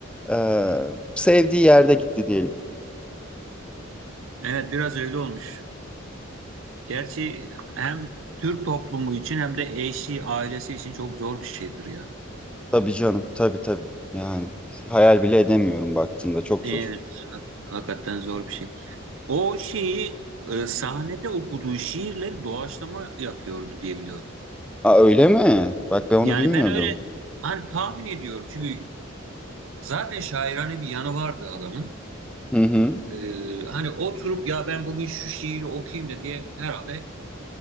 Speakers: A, in the centre; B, on the right (about 75°).
A: e, sevdiği yerde gitti diyelim.
B: Evet biraz öyle olmuş. Gerçi hem Türk toplumu için hem de eşi, ailesi için çok zor bir şeydir ya.
A: Tabii canım, tabii tabii. Yani hayal bile edemiyorum baktığında çok
B: Evet.
A: zor.
B: hak- Hakikaten zor bir şey. O şeyi e, sahnede okuduğu şiirleri doğaçlama yapıyordu diye biliyorum.
A: Aa öyle mi? Bak ben onu
B: Yani
A: bilmiyordum.
B: ben öyle hani tahmin ediyorum çünkü zaten şairane bir yanı vardı adamın.
A: Hı hı.
B: Ee, hani oturup ya ben bugün şu şiiri okuyayım da diye herhalde